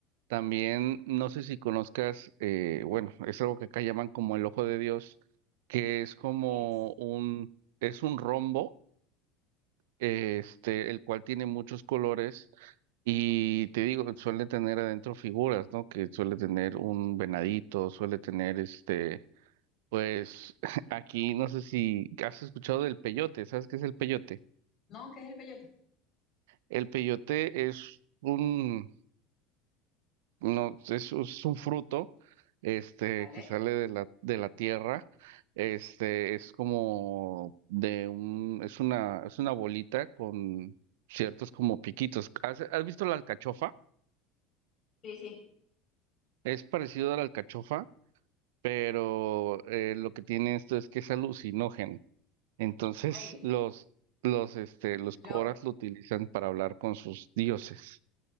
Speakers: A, on the right; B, on the left.
A: También, no sé si conozcas, eh, bueno, es algo que acá llaman como el ojo de Dios, que es como
B: ¿Qué es?
A: un, es un rombo este, el cual tiene muchos colores y te digo, suele tener adentro figuras, ¿no? Que suele tener un venadito, suele tener este, pues <laughs> aquí no sé si has escuchado del peyote, ¿sabes qué es el peyote?
B: No, ¿qué es el peyote?
A: El peyote es un No, es, es un fruto, este,
B: ¿Vale?
A: que sale de la, de la tierra, este, es como de un, es una, es una bolita con ciertos como piquitos. ¿Has, has visto la alcachofa?
B: Sí, sí.
A: Es parecido a la alcachofa, pero eh, lo que tiene esto es que es alucinógeno. Entonces,
B: Ay,
A: los, los, este, los coras
B: lo,
A: lo utilizan para hablar con sus dioses.